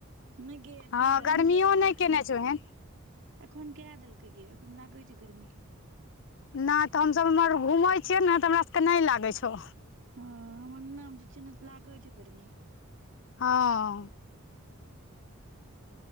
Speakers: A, on the right; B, on the left.
A: नैय गे एखन
B: हँ
A: गर्मी
B: गर्मियो
A: कै देलकैए
B: नहि केने
A: <unintelligible>
B: छै ओहन
A: एखन कए देलकै यए एखन लागै छै गर्मी।
B: नै तऽ हमसब इम्हर घूमै छियै नऽ तऽ हमरा सबके नै लागै छौ।
A: हँ हम अंगना में जे छियै तऽ लागै छैय गर्मी।
B: हँ।